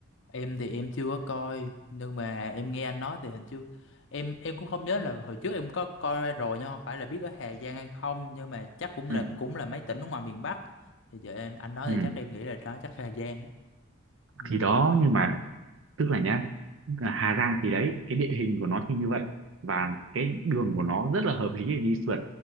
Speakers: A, on the left (about 60°); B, on the right (about 65°).
A: em thì em chưa có coi nhưng mà em nghe anh nói thì hình như em em cũng không nhớ là hồi trước em có coi ra rồi nhưng không phải là biết ở Hà Giang hay không nhưng mà chắc cũng
B: ừ
A: là cũng là mấy tỉnh ở ngoài miền Bắc thì giờ em, anh nói
B: ừ.
A: thì chắc em nghĩ là đó chắc là Hà Giang á ừ
B: thì đó nhưng mà tức là nhá à, Hà Giang thì đấy cái địa hình của nó thì như vậy và cái đường của nó rất là hợp lý để đi phượt